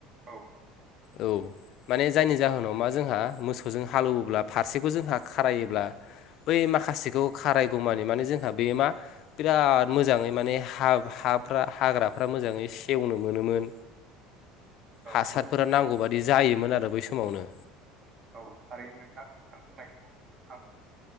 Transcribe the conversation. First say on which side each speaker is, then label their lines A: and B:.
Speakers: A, on the right (about 40°); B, on the left (about 60°).
A: औ औ।
B: औ माने जायनि जाहोनाव मा जोंहा मोसौजों हालेवोब्ला फारसेखौ जोंहा खारायोब्ला बै माखासेखौ खारायगौमानि माने जोंहा बेयो मा बिराद मोजाङै माने हा हाफ्रा हाग्राफ्रा मोजाङै सेवनो मोनोमोन।।।
A: <inaudible>
B: हासारफोरा
A: औ
B: नांगौ बादि जायोमोन आरो बै समावनो।
A: औ थारैनो नोंथां। नों बुंनायखौ आं